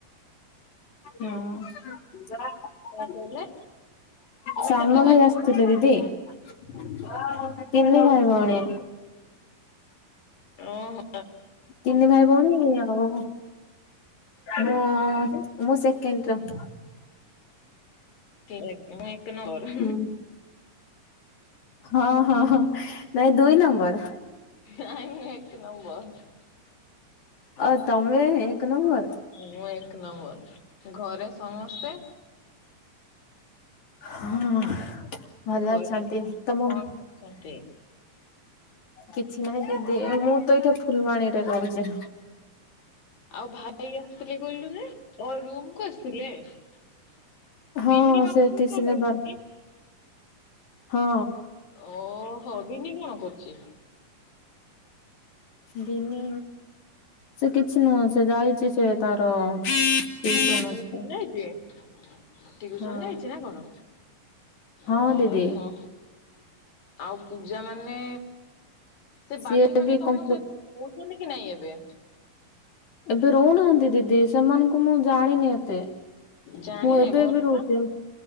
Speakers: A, on the left (about 55°); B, on the left (about 70°).
A: ହଁ।
B: କହିଲେ ତମେ
A: ସାନ
B: କେତେ
A: ଭାଇ
B: ଭଉଣୀ
A: ଆସିଥିଲେ
B: କି
A: ଦିଦି। ତିନି ଭାଇ ଭଉଣୀ।
B: ଓ ହୋ।
A: ତିନି ଭାଇ ଭଉଣୀ ଆଉ ମୁଁ ମୁଁ ସେକେଣ୍ଡ ର। <inaudible>
B: <unintelligible> ନା ଏକ ନଂମ୍ବର।
A: ହୁଁ। ହଁ ହଁ ହଁ ନାଇ ଦୁଇ ନମ୍ବର।
B: ନାଇଁ ଏକ ନଂମ୍ବର।
A: ଓ଼ ତମେ ଏକ ନମ୍ବର?
B: ମୁଁ ଏକ ନମ୍ବର। ଘରେ ସମସ୍ତେ
A: ହଁ ଭଲ
B: ଘରେ
A: ଅଛନ୍ତି।
B: ସମସ୍ତେ
A: ତମ
B: କଣ କରୁଛନ୍ତି?
A: କିଛି ନାହିଁ ଦିଦି ମୁଁ ତ ଏଇଠି ଫୁଲବାଣୀରେ ରହୁଚି।
B: ଆଉ ଭାଇ ଆସିଥିଲେ କହିଲୁନି ଓ ରୁମ ଆସିଥିଲେ ଦିନି
A: ହଁ
B: ମାନେ
A: ସେ
B: କୋଉଠି
A: ଟିସି
B: କଣ
A: ନେବାର
B: ରହୁଛି କି?
A: ହଁ।
B: ଓ ହୋ ଵିନି କଣ କରୁଚି?
A: ବିନି ସେ କିଛି ନୁହଁ ସେ ଯାଇଛି ସେ ତାର ଟିଉସନ
B: <unintelligible>
A: ଅଛି
B: ନାହିଁକି? ଟ୍ୟୁସନ
A: ହଁ
B: ଯାଇଚି ନା କଣ?
A: ହଁ
B: ଓ
A: ଦିଦି।
B: ହୋ। ଆଉ ପୂଜା ମାନେ ସେ
A: ସିଏ
B: ବାଲି ମାନେ
A: ବି
B: ତମ
A: କମ୍ପୁ
B: ସହିତ କୋଉ କୁନ କି ନାଇଁ ଏବେ?
A: ଏବେ ରହୁନାହାନ୍ତି ଦିଦି ସେମାନଙ୍କୁ ମୁଁ ଜାଣିନି ଏ ତେ
B: ଜାଣିନାହିଁ
A: ମୁଁ ଏବେ
B: ବର୍ଷା
A: ଏବେ ରହୁଛି।